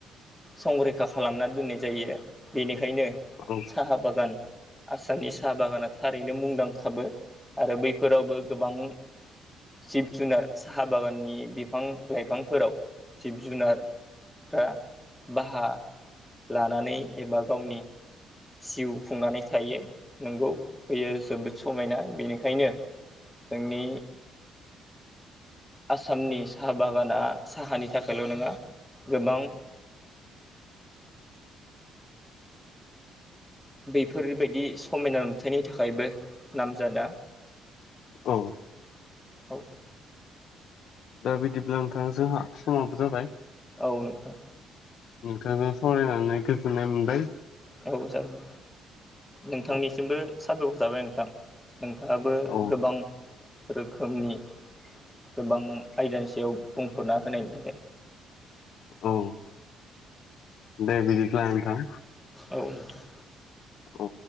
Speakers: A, in the centre; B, on the left.
A: संरैखा खालामना दोननाय जायो बेनि खायनो
B: औ
A: साहा बागान आसामनि साहा बागाना थारैनो मुंदांखाबो। आरो बैफोरावबो गोबां जिब जुनार साहा बागाननि बिफां लाइफांफोराव जिब जुनार फ्रा बाहा लानानै एबा गावनि जिउ खुंनानै थायो नंगौ होयो जोबोद समायना। बेनिखायनो जोंनि आसामनि साहा बागाना साहानि थाखायल' नङा गोबां बेफोरबायदि समायना नुथायनि थाखायबो नाम जादा
B: औ
A: <inaudible> औ।
B: दा बिदिब्ला नोंथा जोंहा समाबो जाबाय।
A: औ नोंथां।
B: नोंथांजों सावरायनानै गोजोननाय मोनबाय।
A: औ जागोन नोंथांनिसिमबो
B: औ
A: साबायखर थाबाय नोंथां। नोंथाङाबो
B: औ
A: गोबां रोखोमनि। गोबां आयदानि सायाव बुंफोरना होनायनि थाखाय।
B: औ <inaudible> दे बिदिब्ला नोंथां।
A: औ नोंथां।
B: औ।